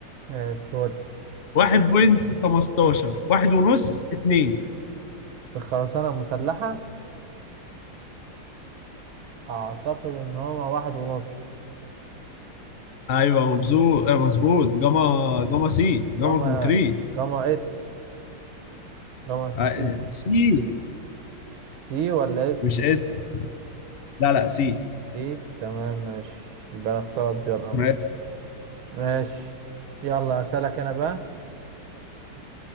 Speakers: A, on the right (about 70°); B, on the left (about 85°).
A: ماشي ودي.
B: 1.15 1.5 2
A: في الخرسانة المسلحة أعتقد إن هما واحد ونص
B: ايوه مبزوط آه، مظبوط جاما جاما سي جاما
A: جاما
B: كونكريت
A: جاما اس جاما سي
B: آه، سي
A: سي ولا اس
B: مش اس لا لا سي
A: سي تمام ماشي يبقى أنا اختلط بيها الأمر
B: ماشي
A: ماشي يلا هسألك أنا بقى